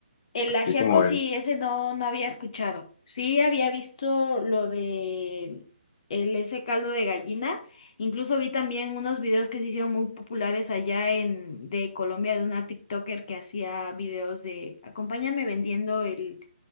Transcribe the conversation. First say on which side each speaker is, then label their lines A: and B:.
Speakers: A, on the left; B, on the left.
A: El
B: así
A: ajiaco
B: como ven.
A: sí, ese no, no había escuchado. Sí había visto lo de el, ese caldo de gallina. Incluso vi también unos videos que se hicieron muy populares allá en de Colombia de una TikToker que hacía videos de acompáñame vendiendo el,